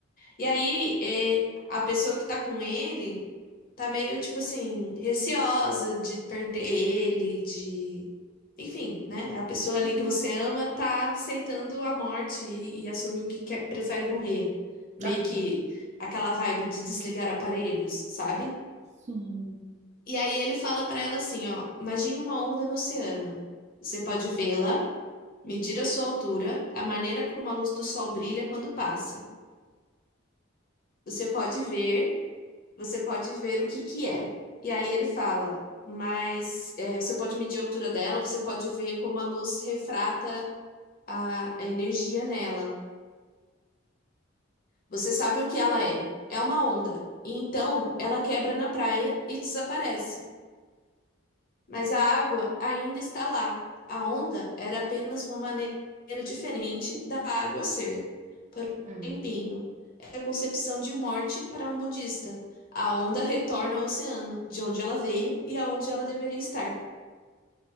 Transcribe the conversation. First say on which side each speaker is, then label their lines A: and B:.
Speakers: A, on the left (about 45°); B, on the right (about 35°).
A: E aí, é, a pessoa que tá com ele tá meio, tipo assim, receosa de perder ele, de... Enfim, né? A pessoa ali
B: Uhum.
A: que você ama tá aceitando a morte e, e assume o que quer, prefere morrer. Meio
B: Ah,
A: que aquela vibe de desligar aparelhos, sabe?
B: sim.
A: E aí ele fala pra ela assim, ó, imagine uma onda no oceano. Você pode vê-la, medir a sua altura, a maneira como a luz do sol brilha quando passa. Você pode ver, você pode ver o que que é. E aí ele fala, mas é, você pode medir a altura dela, você pode ver como a luz refrata a, a energia nela. Você sabe o que ela é? É uma onda. E então ela quebra na praia e desaparece. Mas a água ainda está lá. A onda era apenas uma maneira diferente da água ser. Por um
B: Uhum.
A: tempinho, é a concepção de morte para um budista. A onda retorna ao oceano, de onde ela veio e aonde ela deveria estar.